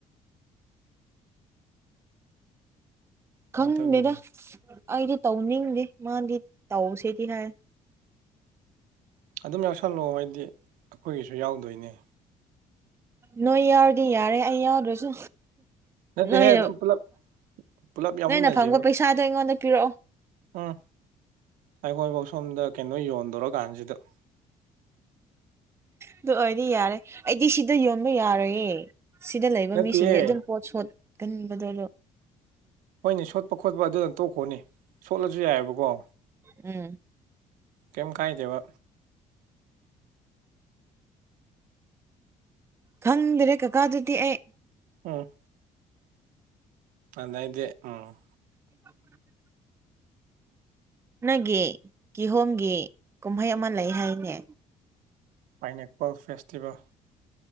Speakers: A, on the right; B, on the right.
A: ꯈꯪꯗꯦꯗ
B: ꯑꯗꯨꯒꯤꯅꯤ
A: ꯑꯩꯗꯤ ꯇꯧꯅꯤꯡꯗꯦ ꯃꯥꯗꯤ ꯇꯧꯁꯤꯗꯤ ꯍꯥꯏ
B: ꯑꯗꯨꯝ ꯌꯥꯎꯁꯜꯂꯛꯑꯣ ꯍꯥꯏꯗꯤ ꯑꯩꯈꯣꯏꯒꯤꯁꯨ ꯌꯥꯎꯗꯣꯏꯅꯦ
A: ꯅꯣꯏ ꯌꯥꯎꯔꯗꯤ ꯌꯥꯔꯦ ꯑꯩ ꯌꯥꯎꯗ꯭ꯔꯁꯨ
B: ꯅꯠꯇꯦꯍꯦ
A: ꯅꯣꯏꯅ
B: ꯑꯗꯨꯝ ꯄꯨꯂꯞ ꯄꯨꯂꯞ ꯌꯥꯎꯃꯤꯟꯅꯁꯦꯕ
A: ꯅꯣꯏꯅ ꯐꯪꯕ ꯄꯩꯁꯥꯗꯣ ꯑꯩꯉꯣꯟꯗ ꯄꯤꯔꯛꯑꯣ
B: ꯎꯝ ꯑꯩꯈꯣꯏꯐꯧ ꯁꯣꯝꯗ ꯀꯩꯅꯣ ꯌꯣꯟꯗꯣꯔꯀꯥꯟꯁꯤꯗ
A: ꯑꯗꯨ ꯑꯣꯏꯔꯗꯤ ꯌꯥꯔꯦ ꯑꯩꯗꯤ ꯁꯤꯗ ꯌꯣꯟꯕ ꯌꯥꯔꯣꯏꯌꯦ ꯁꯤꯗ ꯂꯩꯕ
B: ꯅꯠꯇꯦꯌꯦ
A: ꯃꯤꯁꯤꯡꯗꯤ ꯑꯗꯨꯝ ꯄꯣꯠ ꯁꯣꯠꯀꯟꯕꯗꯣ
B: ꯍꯣꯏꯅꯦ ꯁꯣꯠꯄ ꯈꯣꯠꯄ ꯑꯗꯨꯗ ꯇꯣꯛꯈꯣꯅꯦ ꯁꯣꯠꯂꯁꯨ ꯌꯥꯏꯑꯕꯀꯣ
A: ꯎꯝ
B: ꯀꯦꯝ ꯀꯥꯏꯗꯦꯕ
A: ꯈꯪꯗ꯭ꯔꯦ ꯀꯀꯥꯗꯨꯗꯤ ꯑꯩ
B: ꯎꯝ ꯑꯗꯥꯏꯗꯦ ꯎꯝ
A: <inaudible> ꯅꯪꯒꯤ ꯀꯤꯍꯣꯝꯒꯤ ꯀꯨꯝꯍꯩ ꯑꯃ ꯂꯩ ꯍꯥꯏꯅꯦ
B: ꯑꯥꯏꯅꯦꯛꯛꯄꯜ ꯐꯦꯁꯇꯤꯚꯦꯜ